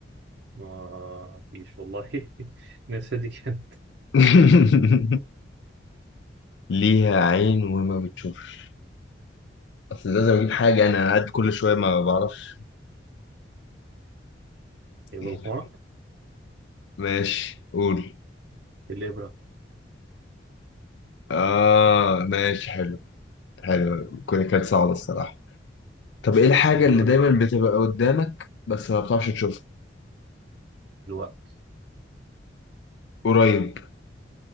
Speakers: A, on the right (about 65°); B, on the left (about 65°).
A: ما فيش والله <laughs> نفسي دي كانت
B: <laughs> ليها عين وما بتشوفش اصل لازم اجيب حاجة انا قاعد كل شوية ما بعرفش
A: يبقى
B: إيه
A: الحمار
B: ده؟ ماشي قول
A: الابره
B: اه ماشي حلو حلو كل- كانت صعبة الصراحة طب ايه الحاجة
A: دور
B: اللي دايما
A: جديد
B: بتبقى قدامك بس ما بتعرفش تشوفها
A: الوقت
B: قريب